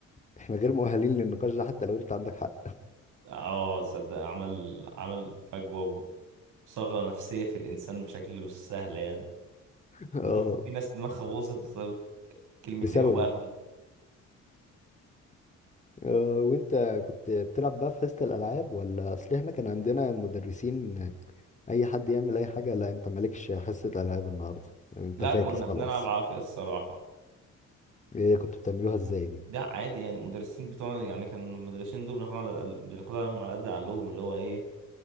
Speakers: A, on the left; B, on the right.
A: احنا غير مؤهلين للنقاش ده حتى لو انت عندك حق
B: اه تصدق عمل عمل فجوة وثغرة نفسية في الإنسان بشكل مش سهل يعني
A: اه
B: وممكن يكون في ناس دماغها باظت بسبب كلمتين
A: بسببه
B: هو قالهم
A: آه، وانت كنت بتلعب بقى في حصة الالعاب ولا اصل احنا كان عندنا مدرسين اي حد يعمل اي حاجة لا انت مالكش حصة العاب النهاردة يعني انت
B: لا
A: فاكس
B: كنا
A: خلاص
B: بنلعب عافية الصراحة
A: ايه كنتوا بتعملوها ازاي دي
B: ده عادي يعني المدرسين بتوعنا يعني كان المدرسين دول بناخدها على الأقل- بناخدها عليهم على قد عقلهم اللي هو ايه